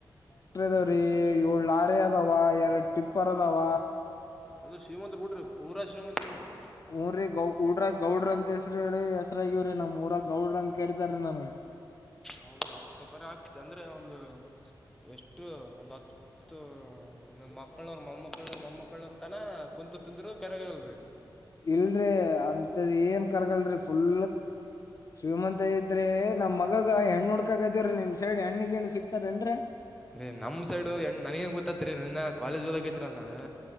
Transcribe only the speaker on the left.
ದಾವ್ರೀ ಏಳು ಲಾರಿ ಅದಾವ ಎರಡ ಟಿಪ್ಪರ್ ಅದಾವ.
ಹೂರೀ ಊಡಾಗ ಗೌಡ್ರ ಅಂತ ಹೆಸರು ಆಗೇವಿರಿ ನಮ್ಮ ಊರಾಗ ಗೌಡರ ಅತಾ ಕರಿತಾರೀ ನಂಗ
ಇಲ್ರೀ ಅಂತದೇನ ಕರಗಲ್ರೀ. ಫುಲ್ ಶ್ರೀಮಂತ ಇದ್ರೆ ನಮ್ಮ ಗಾಗ ಹೆಣ್ಣ ಹುಡ್ಕಕತ್ತಾರ ನಿಮ್ಮ ಸೈಡ್ ಹೆಣ್ಣ ಗಿಣ್ಣ ಸಿಕ್ತಾರೇನ್ರೀ.